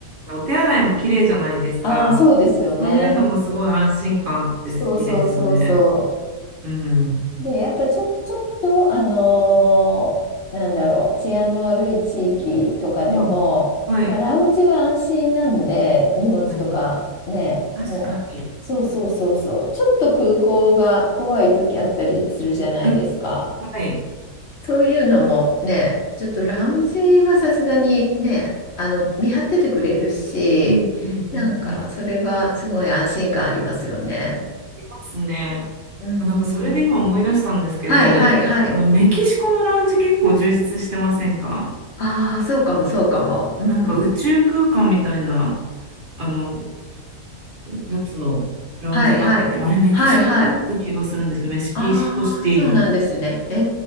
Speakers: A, on the right; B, on the left.
A: お手洗いも綺麗じゃないですか。
B: ああ、そうですよね。
A: そういうのもすごい安心感あって好きですね。
B: そうそうそうそう。
A: うん。
B: で、やっぱちょ、ちょっと、あのーなんだろう、治安の悪い地域とかでも、
A: まあはい。
B: まあ、ラウンジは安心なんで、荷物とかね、
A: 確かに。確かに。
B: もう、そうそうそうそう、ちょっと空港が怖い時あったりするじゃないですか。
A: うん、はい。
B: そういうのもね、ちょっとラウンジはさすがにね、あの、見張っててくれるし、
A: うんうんうんうん。
B: なんか、それはすごい安心感ありますよね。
A: ますね。
B: うん。
A: あなんかそれで今思い出したんですけど、
B: はいはいはい。
A: あのメキシコのラウンジ結構充実してませんか
B: ああ、そうかも、そうかも。うん。
A: なんか宇宙空間みたいなあのやつのラウンジがあって、
B: はい、はい。
A: あれメキシコだった気がするんですけど、
B: はい、はい。
A: メキシコシティの。
B: ああ、そうなんですね。え